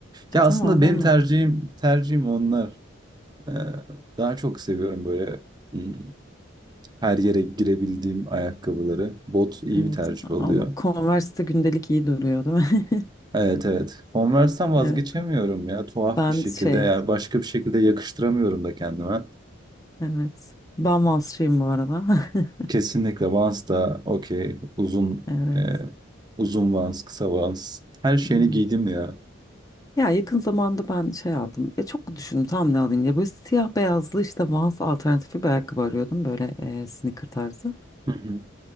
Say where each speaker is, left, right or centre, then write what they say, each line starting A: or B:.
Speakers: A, on the left (about 15°); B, on the right (about 20°).
A: E
B: Ya
A: tamam
B: aslında benim
A: onunla.
B: tercihim tercihim onlar. Ee, daha çok seviyorum böyle hmm, her yere girebildiğim ayakkabıları. Bot iyi
A: Evet
B: bir tercih
A: ama
B: oluyor.
A: Converse'de gündelik iyi duruyor değil mi? <laughs>
B: Evet evet. Converse'ten vazgeçemiyorum
A: Evet.
B: ya tuhaf
A: Ben
B: bir şekilde.
A: şey
B: Yani başka bir şekilde yakıştıramıyorum da kendime.
A: evet. Ben Vansçıyım bu arada. <laughs>
B: Kesinlikle Vans da okey. Uzun
A: Evet.
B: e, uzun Vans, kısa Vans. Her şeyini
A: evet.
B: giydim ya.
A: Ya yakın zamanda ben şey aldım. Ya çok düşündüm tam ne alayım ya. Böyle siyah beyazlı işte Vans alternatifi bir ayakkabı arıyordum. Böyle e, sneaker tarzı.
B: Hı hı.